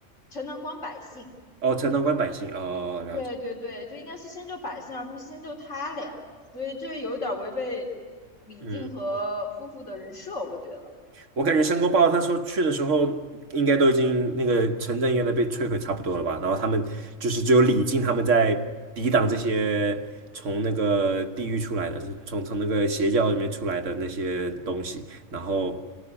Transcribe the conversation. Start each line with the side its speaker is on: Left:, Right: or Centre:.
Left: 陈塘关百姓。
Right: 哦，陈道官百姓哦，了解。
Left: 对对对，就应该是先救百姓，而不是先救他俩，所以这有点违背李靖和夫妇的人设，
Right: 嗯，
Left: 我觉得。
Right: 我感觉申公豹他说去的时候，应该都已经那个城镇应该都被摧毁差不多了吧？然后他们就是只有李靖他们在抵挡这些从那个地狱出来的，是从从那个邪教里面出来的那些东西，然后